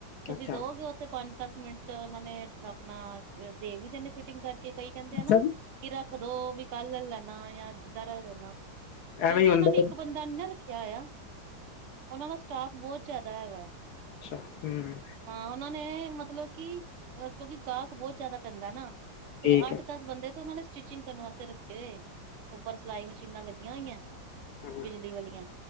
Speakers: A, on the right; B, on the left.
A: ਤੁਸੀਂ
B: ਅੱਛਾ ਅੱਛਾ
A: ਦਓ ਗੇ ਓਥੇ ਪੰਜ ਦਸ ਮਿੰਟ। 'ਚ ਓਨਾਂ ਨੇ ਆਪਣਾ ਦੇ ਵੀ ਦੇਣੇ ਫਿਟਿੰਗ ਕਰਕੇ' ਕਈ ਕੈਂਦੇ
B: ਅੱਛਾ
A: ਆ
B: ਅੱਛਾ
A: ਨਾ ਕੀ
B: ਜੀ।
A: ਰੱਖ ਦੋ ਵੀ ਕੱਲ ਲੈਣਾ ਜਾਂ ਇੱਧਰ ਲਲ ਲੈਣਾ, ਕਿਉਂਕਿ
B: ਐਵੇਂ ਹੀ ਹੁੰਦਾ
A: ਓਨਾਂ ਨੇ
B: ਏ
A: ਇੱਕ ਬੰਦਾ ਨੀ ਨਾ ਰੱਖਿਆ ਹੋਇਆ। ਓਨਾਂ ਦਾ ਸਟਾਫ ਬੋਤ ਜਾਦਾ ਹੈਗਾ।
B: ਅੱਛਾ ਹੂੰ।
A: ਹਾਂ ਓਨਾਂ ਨੇ ਮਤਲਬ ਕੀ ਕਿਉਂਕਿ ਗਾਕ ਬੋਤ ਜ਼ਾਦਾ ਪੈਂਦਾ ਨਾ।
B: ਠੀਕ
A: ਤੇ ਅੱਠ
B: ਹੈ
A: ਦਸ ਬੰਦੇ ਤੇ ਉਹਨਾਂ ਨੇ ਸਟਿਚਿੰਗ ਕਰਨ ਵਾਸਤੇ ਰੱਖੇ ਹੋਏ ਐ। ਉੱਪਰ ਸਿਲਾਈ ਮਸ਼ੀਨਾਂ ਲੱਗੀਆਂ ਹੋਈਆਂ
B: ਹੂੰ
A: ਬਿਜਲੀ ਵਾਲੀਆਂ